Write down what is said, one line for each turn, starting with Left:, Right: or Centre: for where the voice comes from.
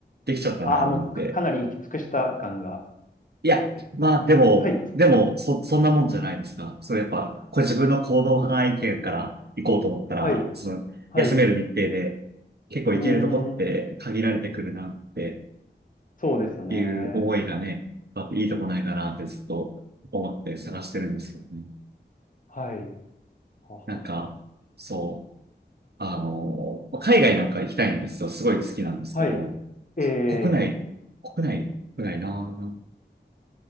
Right: できちゃったな、
Left: ああ、もうか、
Right: なんて
Left: かなり行き尽くした感が
Right: いや、
Left: ある。
Right: まあでも、
Left: はい、
Right: でも、そ、そんなもんじゃないですか。そう、やっぱ、これ自分の行動範囲圏から行こうと思ったら、
Left: はい、
Right: その、
Left: はい。
Right: 休める日程で、
Left: う
Right: 結構行けるとこって限られてくるなって
Left: ーん、そうですよね。
Right: いう思いがね、やっぱいいとこないかなってずっと思って探してるんですよね。
Left: はい。ははは。
Right: なんか、そう、あの、海外なんか行きたいんですよ。すごい好きなんですけど、
Left: はい。ええ
Right: 国内、国内、国内な